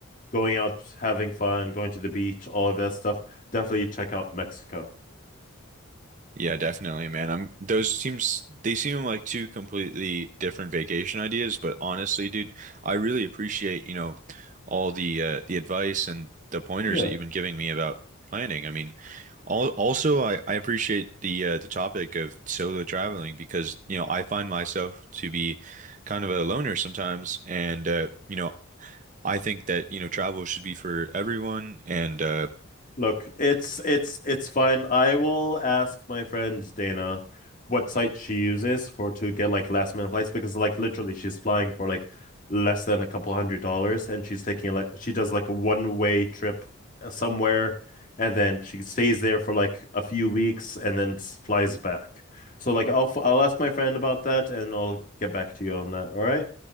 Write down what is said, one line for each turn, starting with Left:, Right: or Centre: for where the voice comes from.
Left: going out, having fun, going to the beach, all of that stuff, definitely check out Mexico.
Right: Yeah, definitely, man. I'm those seems they seem like two completely different vacation ideas, but honestly, dude, I really appreciate, you know, all the uh, the advice and the pointers
Left: Yeah,
Right: that you've been giving me about planning. I mean, all, also I, I appreciate the uh, the topic of solo traveling because, you know, I find myself to be kind of a loner sometimes and uh, you know, I think that, you know, travel should be for everyone and uh
Left: Look, it's it's it's fine. I will ask my friend Dana what site she uses for to get like last minute flights because like literally she's flying for like less than a couple hundred dollars and she's taking like she does like a one way trip uh, somewhere and then she stays there for like a few weeks and then s- flies back. So like I'll f- I'll ask my friend about that and I'll get back to you on that. All right?